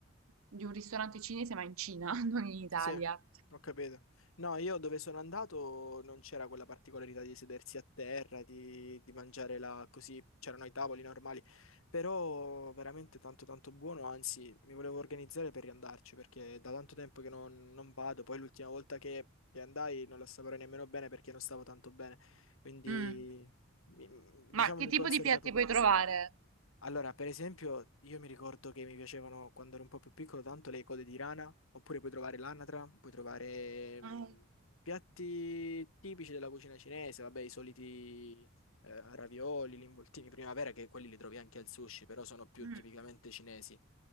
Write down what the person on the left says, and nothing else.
Sì, ho capito. No, io dove sono andato non c'era quella particolarità di sedersi a terra, di, di mangiare là così, c'erano i tavoli normali, però veramente tanto tanto buono, anzi mi volevo organizzare per riandarci perché da tanto tempo che non, non vado, poi l'ultima volta che, che andai non la assaporai nemmeno bene perché non stavo tanto bene, quindi
mi-
diciamo
mi
conserva
poco
poco.
Allora, per esempio, io mi ricordo che mi piacevano quando ero un po' più piccolo tanto le code di rana, oppure puoi trovare l'anatra, puoi trovare mh,
piatti tipici della cucina cinese, vabbè, i soliti eh, ravioli, gli involtini di primavera, che quelli li trovi anche al sushi, però sono più
tipicamente cinesi.